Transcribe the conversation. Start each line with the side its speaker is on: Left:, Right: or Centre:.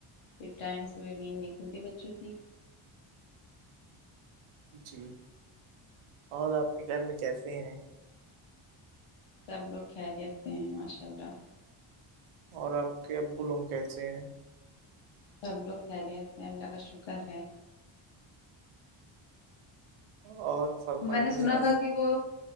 Left: پھر ٹائم سے نیند نکلتی بچوں کی
Right: جی اور آپ کے گھر میں کیسے ہیں
Left: سب لوگ کاریتے ہیں ماشاء اللہ
Right: اور آپ کے ابو لوگ کیسے ہیں
Left: سب لوگ خیریت ہیں اللہ کا شکر ہے
Right: اور فرمائیے
Left: میں نے سنا
Right: آپ
Left: تھا کہ وہ